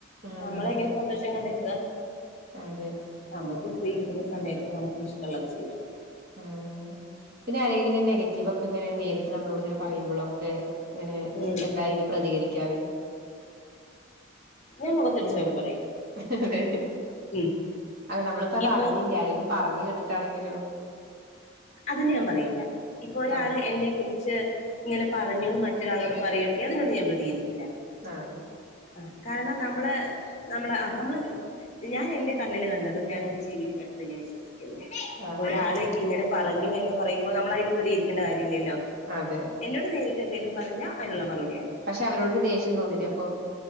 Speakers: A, on the right (about 50°); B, on the left (about 35°).
A: ആഹ്
B: നമ്മളെങ്ങനെ സന്തോഷം കണ്ടെത്ത്അ
A: അതെ
B: നമുക്ക് ഫ്രീ കിട്ടുന്ന സമയത്തൊക്കെ നമുക്ക് ഇഷ്ടള്ളത് ചെയ്യണം
A: ആഹ് പിന്നെ ആരെങ്കിലും ഇങ്ങനെ നെഗറ്റീവൊക്കെ ഇങ്ങനെ നേരിട്ട് നമ്മളോട് ഇങ്ങനെ പറയുമ്പളൊക്കെ ഇങ്ങനേ
B: ഉം
A: എന്താ അയിന് പ്രതികരിക്കാറ്
B: ഞാൻ മൊഖത്തടിച്ച പോലെ പറയും
A: ഏഹ്
B: ഉം
A: അല്ല നമ്മളിപ്പതറിഞ്ഞില്ല്യാ
B: ഇപ്പൊ
A: ആരേലും പറഞ്ഞ് കേട്ടിട്ടാണെങ്കിലോ
B: അത് ഞാൻ പറയില്ല ഇപ്പൊ ഒരാള്
A: ആഹ്
B: എന്നെക്കുറി ച്ച് ഇങ്ങനെ പറഞ്ഞൂന്ന് മറ്റൊരാളോട് പറയുവാണെങ്കി അതിനൊന്ന് ഞാൻ പ്രതികരി ക്കില്ല
A: ആഹ്
B: ആഹ് കാരണം നമ്മള് നമ്മള് ആഹ് നമ്മള് ജീ ഞാനെൻ്റെ കണ്ണില് കണ്ടതും ഞാനെന്റെ ചെവീല് കേട്ടതും ഞാൻ വിശ്വസിക്കൊള്ളൂ ഇപ്പൊ
A: ആഹ്
B: ഒരാള് ഇങ്ങനെ പ് പറഞ്ഞു എന്ന് പറയുമ്പ നമ്മളയിന് പ്രതികരിക്കണ്ട കാര്യവില്ല്യല്ലോ
A: അതെ
B: എന്നോട് നേരിട്ട് ട്ടെന്തേലും പറഞ്ഞാ അയിനുള്ള മറു
A: പക്ഷെ അവരോടൊരു ദേഷ്യം തോന്നില്ലേ അപ്പോ